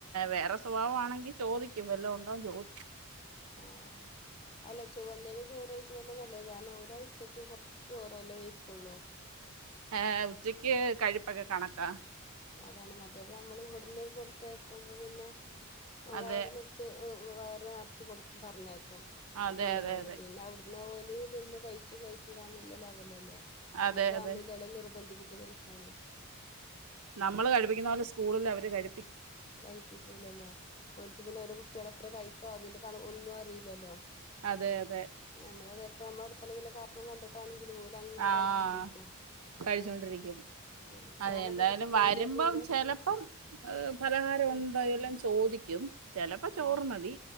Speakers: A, on the right; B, on the left.
A: വേറെ സ്വഭാവ ആണെങ്കിൽ ചോദിക്കും വല്ലോം ഉണ്ടോന്ന് ചോദിക്കും
B: ആഹ് ആഹ് അല്ല ചോ വന്നേ ചോറ് കഴിക്കുന്നന്നെ നല്ലത് കാരണം ഓല് ഉച്ചക്ക് കൊറച്ച് ച്ച് ചോറല്ലേ വെയ്ക്കുള്ളൂ
A: ആ ഉച്ചയ്ക്ക് കഴിപ്പൊക്കെ കണക്കാ
B: അതാണ് മറ്റേത് അമ്മള് ഇവട്ന്ന് കൊട്ത്തേക്കുമ്പം പിന്നെ അഹ്
A: അതെ
B: വയറ് നിർ.... ച്ച് വയറ് നർച്ച് കൊട് പർഞ്ഞേക്കും
A: അതെ
B: തിന്ന്ങ്ങാണ്ട്.
A: അതെ അതെ
B: പിന്നെ അവ്ട് ന്ന ഓല് തിന്ന് കഴിച്ചു കഴിച്ചൂ ലാന്നല്ലെ ലെവലല്ലെ.
A: അതെ
B: അമ്മള് കാൺന്നില്ലല്ലൊ.
A: അതെ
B: നിർബന്ധിപ്പിച്ച് കഴി.... ച്ചാന്
A: നമ്മള് കഴിപ്പിക്കുന്നോലെ സ്കൂളിൽ അവര് കഴ്
B: കഴ്പ്പിക്കൂലല്ലൊ. ഓൽക്ക് പിന്നെ ഓരോ കുട്ട്യെള് എത്ര കഴിക്കാ അതിന്റെ കണക്ക് ഒന്നും അറിയില്ലാലൊ.
A: അതെ അതെ.
B: ഞമ്മള് ചെൽപ്പൊ അമ്മളെ അട്ത്തന്നെ വെല്ല കാർട്ടൂൺ കണ്ടിട്ടാണെങ്കിലും ഓലങ്ങനെ
A: ആഹ്
B: കഴിച്ചോണ്ടിരിക്കും.
A: കഴിച്ചോണ്ടിരിക്കും.
B: ആ ഫോണൊക്കെ
A: അതെ എന്തായാലും
B: കിട്ടിക്കഴിഞ്ഞാ
A: വാരുമ്പം
B: പിന്നെ
A: ചെലപ്പം ഏഹ് പലഹാരം
B: ആ
A: ഉണ്ടോ എല്ലാം ചോദിക്കും. ചെലപ്പം ചോറ്
B: ആ
A: മതി.